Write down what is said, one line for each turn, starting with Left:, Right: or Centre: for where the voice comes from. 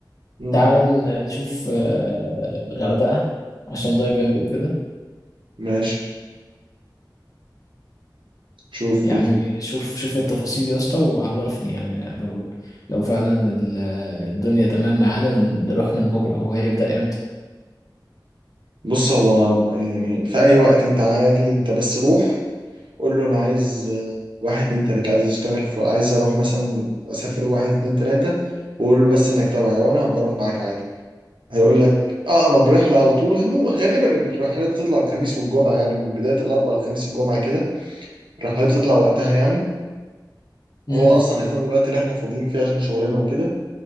Right: مم.
Left: تعال ن- نشوف آه، غردقة عشان دايفنج وكده
Right: ماشي شوف
Left: يعني
Right: كده
Left: شوف شوف التفاصيل يا اسطى وعرفني يعني لو لو فعلا ال- الدنيا تمام معانا نروح من بكره هو هيبدأ امتى
Right: بص هو يعني في اي وقت انت عادي انت بس روح قول له انا عايز آه، واحد اتنين تلاته عايز اشتغل في عايز اروح مثلا اسافر واحد اتنين تلاته وقول له بس انك تابعي او انا هبقى اروح معاك عادي هيقول لك اقرب رحله على طول هو غالبا الرحلات بتطلع الخميس والجمعه يعني من بدايه الاربعاء للخميس الجمعه كده الرحلات تطلع وقتها يعني
Left: امم
Right: هو اصلا هيكون الوقت اللي احنا فاضيين فيه عشان شغلنا وكده